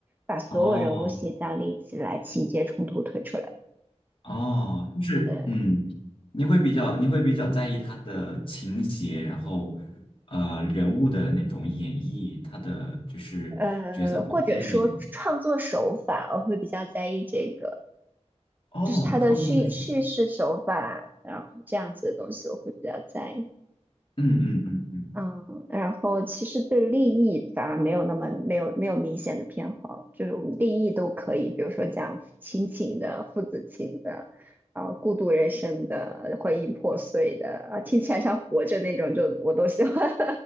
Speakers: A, on the right (about 15°); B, on the left (about 50°).
A: 把所有人物形象立起来，
B: 哦
A: 情节冲突推出来。
B: 哦，就是嗯，
A: 对。
B: 你会比较你会比较在意它的情节，然后呃人物的那种演绎，他的就是角色表现那种。
A: 呃，或者说创作手法，我会比较在意这个，
B: 哦，
A: 就是它的叙叙事手法，
B: 创作者，
A: 然后这样子的东西我会比较在意。
B: 嗯嗯嗯嗯，
A: 嗯，然后其实对立意反而没有那么没有没有明显的偏好，就是我们立意都可以，比如说讲亲情的、父子情的，啊、孤独人生的、婚姻破碎的，啊，听起来像活着那种，就我都喜欢